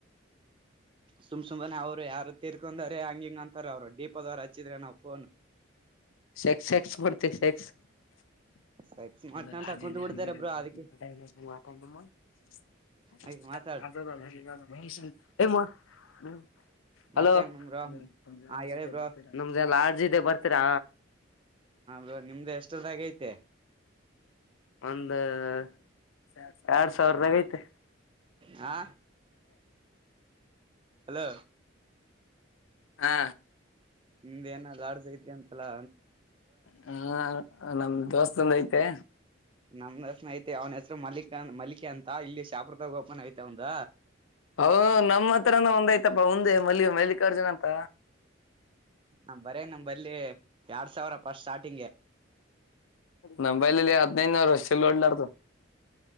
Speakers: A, on the right (about 25°); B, on the left (about 80°).
A: ಸುಮ್ ಸುಮ್ಮನೆ ಅವರು ಯಾರು ತಿರ್ಕೊಂಡರೆ ಹಂಗಿಂಗ ಅಂತಾರ ಅವ್ರು ದೀಪೋದ್ರು ಹಚ್ಚಿದ್ರೆ ನಾವು ಫೋನ್
B: ಸೆಕ್ಸ್ ಸೆಕ್ಸ್ ಮಾಡ್ತ ಸೆಕ್ಸ್ ಮ್ದ
A: ಸೆಕ್ಸ್ ಮಾಡ್ಕೊಂತ ಕುಂತ್ ಬಿಡ್ತಾರೆ ಬ್ರೋ ಅದಕ್ಕೆ
B: ಹಂಗೋ್ದ
A: ಹಾಗ ಮಾತಾಡ
B: <inaudible>
A: ಮತ್ತೇನ್ ಬ್ರೋ ಹಾ ಹೇಳಿ ಬ್ರೋ
B: ರಜಿ ಇದೆ ಬರ್ತೀರಾ
A: ಹ ನಿಮ್ದ ಎಷ್ಟದಾಗ ಐತೆ
B: ಒಂದು <inaudible> ಎರಡ್ ಸಾವಿರದಾಗ ಐತೆ
A: ಹಾ ಹಲೋ
B: ಹಾ
A: ನಿಮ್ದ್ ಏನ ಲಾಡ್ಜ್ ಐತಿ ಅಂತ ಅಲ್ಲಾ
B: ಹಾ ನಮ ದೋಸ್ತಂದ ಐತೆ.
A: ನಮ್ ಹೆಸನ್ ಐತೆ ಅವ್ನ ಹೆಸರು ಮಲ್ಲಿಕ ಮಲ್ಲಿಕೆ ಅಂತ ಇಲ್ಲಿ ಶಾಪುರ್ದಾಗ ಓಪನ್ ಐತಿ ಅವಂದ.
B: ಹ ನಮ್ಮ್ ಹತ್ರನ ಒಂದ್ಐತ ಇತ್ತಪ್ಪಾ ಮುಂದೆ ಮಲ್ಲಿ ಮಲ್ಲಿಕಾರ್ಜುನ ಅಂತ.
A: ನ ಬರೇ ನಂಬಲ್ಲಿ ಎರಡ್ ಸಾವಿರ ಫಸ್ಟ್ ಸ್ಟಾರ್ಟಿಂಗ್ಗೆ
B: ನಂಬೈಲಲ್ಲಿ ಹದ್ನೈದದುನೂರು ವರ್ಷಲ್ಲ ಓಡ್ಲಾರತು <inaudible>